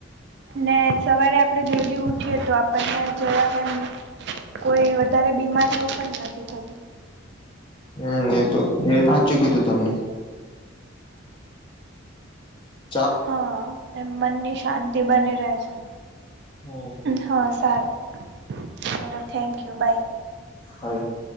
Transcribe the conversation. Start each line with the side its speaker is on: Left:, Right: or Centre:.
Right: ને સવારે આપડણે જદી ઉઠીએ તો આપણને જવા કેમ કોઈ વધારે બીમારીઓ પણ નથી થતી.
Left: હમ એ તો એ સાચું કીધું તમને હ
Right: હા એમ મનની શાંતિ બની રહે છે.
Left: હમ
Right: હા સારું ચલો થેન્ક યુ બાય.
Left: હ <inaudible>